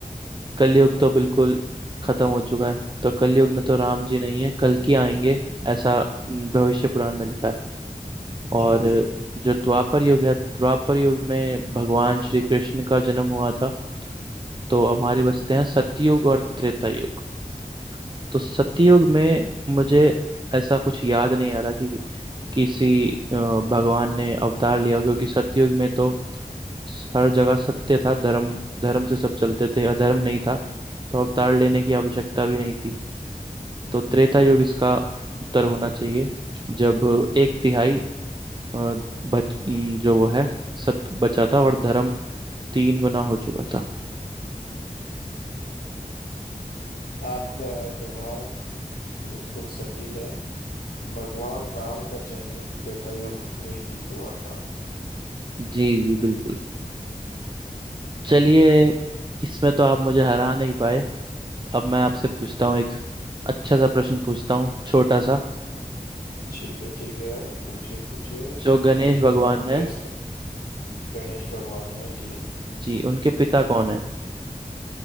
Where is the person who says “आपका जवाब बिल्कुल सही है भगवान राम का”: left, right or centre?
Left